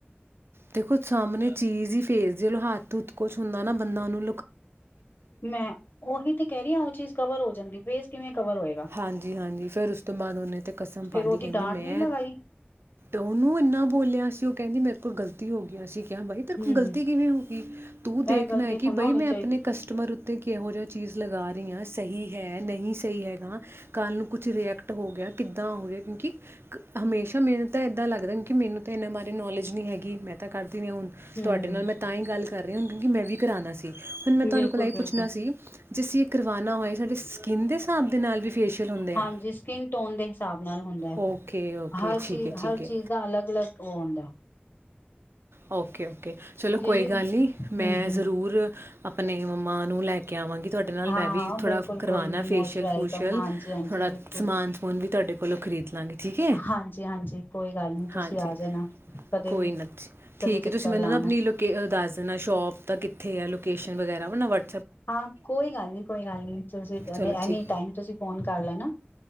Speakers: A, on the right; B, on the left.
A: ਦੇਖੋ ਸਾਹਮਣੇ ਚੀਜ਼ ਹੀ ਫੇਸ ਜਲ ਹੱਥ ਹਥ ਕੁਛ ਹੁੰਦਾ ਨਾ। ਬੰਦਾ ਨੂੰ
B: ਮੈਂ ਉਹੀ ਤੇ ਕਹਿ ਰਹੀ ਹਾਂ ਉਹ ਚੀਜ਼ ਕਵਰ ਹੋ ਜਾਂਦੀ। ਫੇਸ ਕਿਵੇਂ ਕਵਰ ਹੋਏਗਾ
A: ਹਾਂਜੀ-ਹਾਂਜੀ, ਫੇਰ ਉਸ ਤੋਂ ਬਾਅਦ ਉਹਹਨੇ ਤੇ ਕਸਮ
B: ਫੇਰ
A: ਪਾ ਲਈ
B: ਉਹਦੀ
A: ਕਹਿੰਦੀ
B: ਡਾਂਟ
A: ਮੈਂ
B: ਨਹੀਂ ਲਗਾਈ
A: ਉਹਨੂੰ ਇੰਨਾ ਬੋਲਿਆ ਸੀ ਉਹ ਕਹਿੰਦੀ ਮੇਰ ਤੋਂ ਗਲਤੀ ਹੋ ਗਇਆ ਸੀ ਕ ਬਾਈ ਤੇਰੇ
B: ਹਮ
A: ਕੋਲ ਗਲਤੀ ਕਿਵੇਂ ਹੋ ਗਈ? ਤੂੰ
B: ਇਹ
A: ਦੇਖਣਾ
B: ਗਲਤੀ
A: ਹੈ
B: ਥੋੜਾ
A: ਕਿ
B: ਨਾ
A: ਬਾਈ
B: ਹੋਣੀ
A: ਮੈਂ
B: ਚਾਹੀਦੀ
A: ਆਪਣੇ ਕਸਟਮਰ ਉੱਤੇ ਕਿਹੋ ਜਿਹਾ ਚੀਜ਼ ਲਗਾ ਰਹੀ ਹਾਂ ਸਹੀ ਹੈ ਨਹੀਂ ਸਹੀ ਹੈਗਾ। ਕੱਲ ਨੂੰ ਕੁਛ ਰਿਐਕਟ ਹੋ ਗਿਆ ਕਿੱਦਾਂ ਹੋ ਗਿਆ ਕਿਉਂਕਿ ਹਮੇਸ਼ਾ ਮੈਨੂੰ ਤਾਂ ਏਦਾਂ ਲੱਗਦਾ ਕਿਉਂਕਿ ਮੈਨੂੰ ਤਾਂ ਇਹਨਾਂ ਬਾਰੇ ਨੋਲੇਜ ਨਹੀਂ ਹੈਗੀ ਮੈਂ ਤਾਂ ਕਰ ਹੁਣ
B: ਹਮ
A: ਤੁਹਾਡੇ ਨਾਲ ਮੈਂ ਤਾਂ ਹੀ ਗੱਲ ਕਰ ਰਹੇ ਹੁ ਕਿਉਕ ਮੈਂ ਵੀ ਕਰਉਣਾ ਸੀ। ਹੁਣ ਮੈਂ
B: ਬਿਲਕੁਲ-ਬਿਲਕੁਲ
A: ਤੁਹਾਾਨੇ ਕੋਲ ਇ ਪੁੱਛਣਾ ਸੀ ਜੇ ਅਸੀਂ ਇਹ ਕਰਵਾਉਣਾ ਹੋਏ ਸਾਡੇ ਸਕਿੰਨ ਦੇ ਹਿਸਾਬ ਦੇ ਨਾਲ ਵੀ ਫੇਸ਼ੀਅਲ ਹੁੰਦੇ
B: ਹਾਂਜੀ
A: ਆ
B: ਸਕਿਨ ਟੋਨ ਦੇ ਹਿਸਾਬ ਨਾਲ ਹੁੰਦਾ ਹੈ,
A: ਓਕੇ ਓਕੇ
B: ਹਰ
A: ਠੀਕ
B: ਚੀ
A: ਹੈ ਠੀਕ
B: ਹਰ
A: ਹੈ
B: ਚੀਜ਼ ਦਾ ਅਲੱਗ ਅਲੱਗ ਉਹ ਹੁੰਦਾ ਹੈ।
A: ਓਕੇ ਓ ਓਕੇ ਚਲੋ ਕੋਈ
B: ਜੀ
A: ਗੱਲ ਨਹੀਂ ਮੈਂ
B: ਹੂੰ-ਹੂੰ
A: ਜ਼ਰੂਰ ਆਪ ਆਪਣੇ ਮੰਮਾ ਨੂੰ ਲੈ ਕੇ ਅ ਕੇ ਆਵਾਂਗੀ ਤੁਹਾਡੇ ਨਾਲ
B: ਹਾਂ-ਹਾਂ
A: ਮੈਂ ਵੀ ਥੋੜ੍ਹਾ
B: ਬਿਲਕੁਲ
A: ਕਰਵਾਉਣਾ
B: ਕੋਈ ਨੀ ਮੋਸਟ
A: ਫੇਸ਼ੀਅਲ
B: ਵੈਲਕਮ
A: ਫੁਸ਼ੀਅਲ
B: ਹਾਂਜੀ-ਹਾਂਜੀ
A: ਥੋੜ੍ਹਾ
B: ਬਿਲਕੁਲ
A: ਸਮਾਨ ਸਮੂਨ ਵੀ ਤੁਹਾਡੇ ਕੋਲੋਂ ਖਰੀਦ ਲਾਂਗੀ ਠੀਕ ਹੈ
B: ਹਾਂਜੀ-ਹਾਂਜੀ ਕੋਈ ਗੱਲ ਨੀ ਤੁਸੀਂ
A: ਹਾਂਜੀ
B: ਆ ਜਾਣਾ ਕਦੇ
A: ਕੋਈ
B: ਵੀ
A: ਨਾ ਜੀ। ਠੀਕ
B: ਕਦੇ ਚੱਕਰ
A: ਤੁਸੀਂ ਮੈਨੂੰ
B: ਲਾਣਾ
A: ਨਾ ਆਪਣੀ ਲੋਕੇ ਦੱਸ ਦੇਣਾ ਸ਼ੋਪ ਤਾਂ ਕਿੱਥੇ ਲੋਕੇਸ਼ਨ ਵਗੈਰਾ ਉਹ ਵੱ
B: ਹਾਂ ਕੋਈ ਗੱਲ ਨਹੀਂ, ਕੋਈ ਗੱਲ ਨਹੀਂ, ਤੁਸੀਂ
A: ਚਲੋ ਠੀਕ
B: ਐਨੀ ਟਾਈਮ ਤੁਸੀਂ ਫੋਨ ਕਰ ਲੈ ਨਾ।